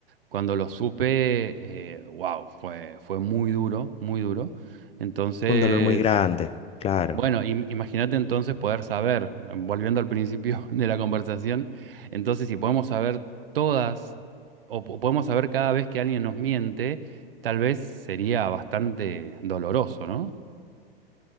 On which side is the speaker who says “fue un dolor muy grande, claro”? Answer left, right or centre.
Left